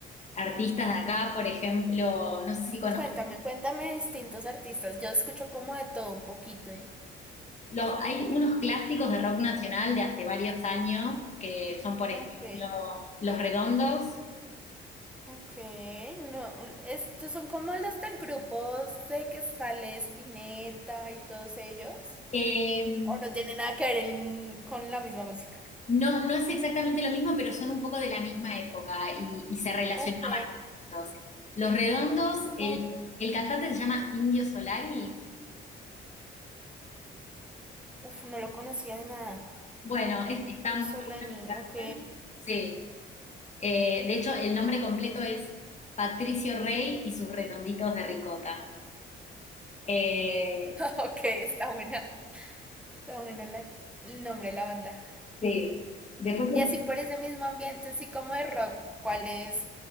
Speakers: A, on the left (about 35°); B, in the centre.
A: artistas de acá, por ejemplo, no sé si conoces,
B: Cuéntame, cuéntame de distintos artistas. Yo escucho como de todo un poquito, ¿eh?
A: los, hay unos clásicos de rock nacional de hace varios años, que son, por
B: Ok,
A: ejemplo, Los Redondos.
B: ok, no, estos son como los del grupo de que sale Spinetta y todos ellos,
A: Eh,
B: o no tiene nada que ver en- con la misma música.
A: no, no es exactamente lo mismo, pero son un poco de la misma época y, y se relacionaban
B: Ok,
A: ellos. Los Redondos, el,
B: oh
A: el cantante se llama Indio Solari.
B: uf, no lo conocía de nada.
A: Bueno, es, está
B: Yo
A: muy
B: Solani,
A: bueno.
B: ok.
A: Sí. Eh, de hecho, el nombre completo es Patricio Rey y sus redonditos de ricota. Eh,
B: Ok, está buena. Está buena la- el nombre de la banda.
A: sí. Después,
B: Y así por ese mismo ambiente, así como de rock, ¿cuál es?